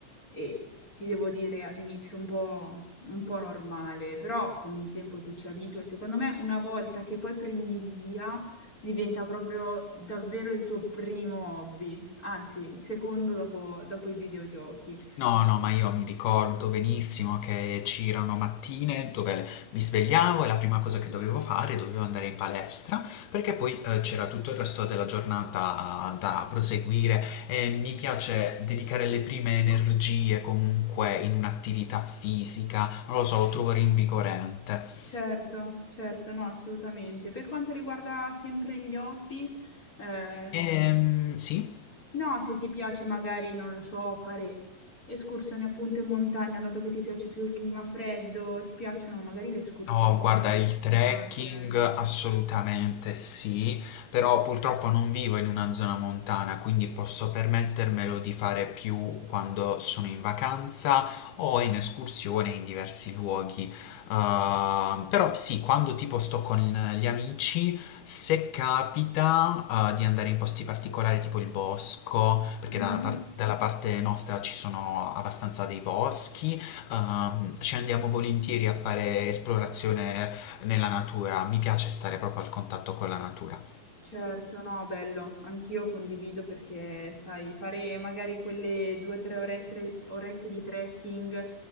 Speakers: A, on the left (about 20°); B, on the left (about 80°).
A: e ti devo dire all'inizio un po', un po' normale, però con il tempo ti ci abitui. e Secondo me, una volta che poi prendi il via, diventa proprio davvero il tuo primo hobby, anzi, il secondo dopo dopo i videogiochi.
B: No, no, ma io mi ricordo benissimo che c'erano mattine dove mi svegliavo e la prima cosa che dovevo fare dovevo andare in palestra perché poi eh, c'era tutto il resto della giornata da proseguire e mi piace dedicare le prime energie comunque in un'attività fisica, non lo so, lo trovo rinvigorente.
A: Certo, certo, no, assolutamente. Per quanto riguarda sempre gli hobby, eh,
B: Ehm, sì.
A: no, se ti piace magari, non lo so, fare escursioni appunto in montagna, dato che ti piace più il clima freddo, ti piacciono magari le escursioni
B: No, guarda,
A: o le camminate.
B: il trekking assolutamente sì, però purtroppo non vivo in una zona montana, quindi posso permettermelo di fare più quando sono in vacanza o in escursione in diversi luoghi. Uh, però sì, quando tipo sto con gli amici, se capita, uh, di andare in posti particolari tipo il bosco, perché
A: Mhm.
B: dalla par- dalla parte nostra ci sono abbastanza dei boschi ehm, ci andiamo volentieri a fare esplorazione nella natura, mi piace stare proprio al contatto con la natura.
A: Certo, no, bello, anch'io condivido perché, sai, fare magari quelle 2 o 3 orette orette di trekking,